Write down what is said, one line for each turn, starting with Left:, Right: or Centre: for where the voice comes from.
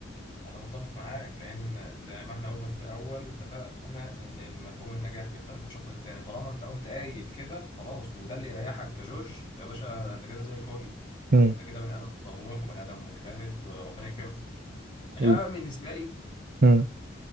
Left: أنا متفق معاك لأن زي ما احنا قلنا في الأول واتفقنا إن المفهوم النجاح بيختلف من شخص للتاني طالما أنت قمت قايل كده خلاص وده اللي يريحك كجورج يا باشا ده أنت كده زي الفل
Right: مم.
Left: ده أنت كده بني آدم طموح وبني آدم مجتهد وربنا يكرمك إنما
Right: إيه.
Left: بالنسبة لي
Right: مم.